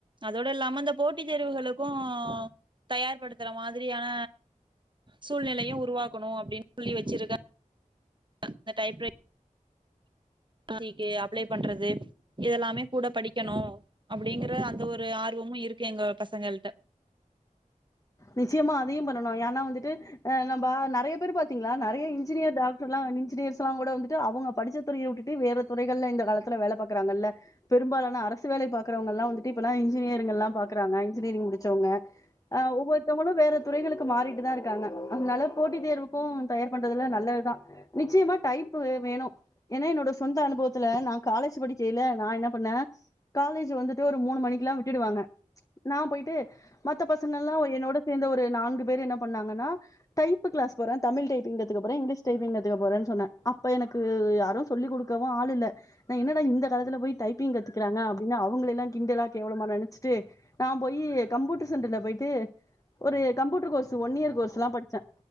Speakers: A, on the right (about 35°); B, on the left (about 25°).
A: அதோட இல்லாம இந்த போட் டுளுக்கு தயார்படுத்துற மாதிரியான சூழ்நிலையும் உருவாக்கணு அப்டின்னு சொல்லி வச்சிருக்க இந்த டைப்ரை ஜிகே அப்ளை பண்றது இதெல்லாமே கூட படிக்கணு அப்டிங்ற அந்த ஒரு ஆர்வமு இருக்கு எங்க பசங்கள்ட்ட
B: நிச்சயமா அதையு பண்ணணு ஏன்னா வந்துட்டு நம்ப நெறைய பேரு பாத்தீங்ளா நெறைய இன்ஜினியர் டாக்டர்ல்லா இன்ஜினியர்ஸ்ல்லா கூட வந்துட்டு அவங்க படிச்ச துறைய விட்டுட்டு வேற துறைகள்ல இந்த காலத்துல வேல பாக்குறாங்கல்ல பெரும்பாலான அரசு வேலை பாக்குறவங்கல்லா வந்துட்டு இப்பெல்லா இஜ்ஜினியரிங்கல்லா பாக்குறாங்க இன்ஜினியரிங் முடிச்சவங்க ஆ ஒவ்வொருத்தவங்களு வேற துறைகளுக்கு மாறிட்டு தா இருக்காங்க அதனால போட்டித் தேர்வுக்கு தயார் பண்றது நல்லதுதா நிச்சயமா டைப்பு வேணு ஏன்னா என்னோட சொந்த அனுபவத்துல நா காலேஜ் படிக்கைல நா என்ன பண்ண காலேஜ் வந்துட்டு ஒரு மூணு மணிக்கெல்லா விட்டுடுவாங்க நா போய்ட்டு மத்த பசங்கல்லா என்னோட சேந்த ஒரு நான்கு பேர் என்ன பண்ணாங்கன்னா டைப்பு கிளாஸ் போறே தமிழ் டைப்பிங் காத்துக் போறே இங்கிலீஷ் டைப்பிங் கத்துக்க போறேனு சொன்ன அப்ப எனக்கு யாரு சொல்லி கொடு க்கவு ஆளில்ல நா என்னடா இந்த காலத்துல போய் டைப்பிங் கத்துக்கறாங்க அப்டின்னு அவங்களல்லா கிண்டலா கேவலமா நெனச்சிட்டு நா போயி கம்ப்யூட்டர் சென்டர்ல போயிட்டு ஒரு கம்ப்யூட்டர் கோர்ஸ் ஒன் இயர் கோர்ஸ்ல்லா படிச்சே